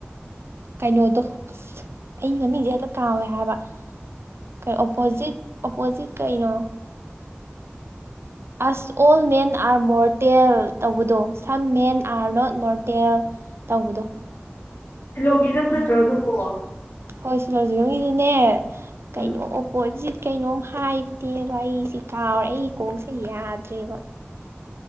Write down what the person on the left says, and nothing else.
ꯁꯤꯜꯂꯣꯒꯤꯖꯝ
ꯅꯠꯇ꯭ꯔꯣ ꯑꯗꯨꯀꯣ
ꯎꯝ